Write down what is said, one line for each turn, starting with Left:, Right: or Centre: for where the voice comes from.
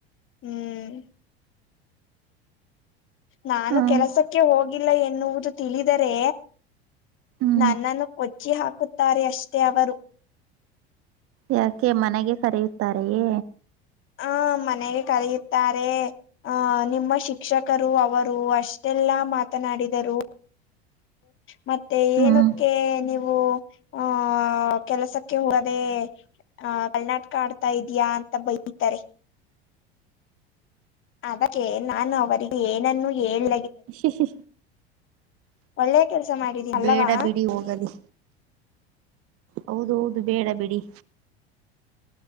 Left: ಹ್ಮ್ ನಾನು
Right: ಹ್ಮ್
Left: ಕೆಲಸಕ್ಕೆ ಹೋಗಿಲ್ಲ ಎನ್ನುವುದು ತಿಳಿದರೆ.
Right: ಹ್ಮ್
Left: ನನ್ನನ್ನು ಕೊಚ್ಚಿ ಹಾಕುತ್ತಾರೆ ಅಷ್ಟೇ ಅವರು.
Right: ಯಾಕೆ ಮನೆಗೆ ಕರೆಯುತ್ತಾರೆಯೇ.
Left: ಹ ಮನೆಗೆ ಕರಿಯುತ್ತಾರೆ. ಆಹ ನಿಮ್ಮ ಶಿಕ್ಷಕರು ಅವರು ಅಷ್ಟೆಲ್ಲಾ ಮಾತನಾಡಿದರು. ಮತ್ತೆ
Right: ಹ್ಮ್
Left: ಏನಕ್ಕೆ ನೀವು ಹಾ ಕೆಲಸಕ್ಕೆ ಹೋದೇ. ಹ ಕಳ್ಳ ನಾಟ್ಕಾ ಆಡ್ತಾ ಇದಿಯಾ ಅಂತ ಬೈತಾರೆ. ಅದಕ್ಕೆ ನಾನು ಅವರಿಗೆ ಏನನ್ನು ಹೇಳ್
Right: ಹೂ ಹೂ
Left: ಒಳ್ಳೆ ಕೆಲ್ಸ ಮಾಡಿದೀನಿ ಅಲ್ಲವಾ
Right: ಬೇಡ ಬಿಡಿ ಹೋಗಲಿ. ಹೌದೌದು ಬೇಡ ಬಿಡಿ.